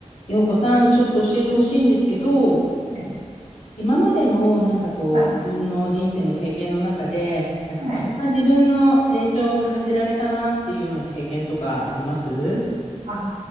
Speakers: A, on the left; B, on the right.
A: ようこさん、ちょっと教えてほしいんですけど、
B: い、
A: 今までのなんかこう、
B: はい、
A: 自分の人生の経験の中で、なんかこれは自分の成長を感じられたなっていうような経験とかあります
B: はい。あ、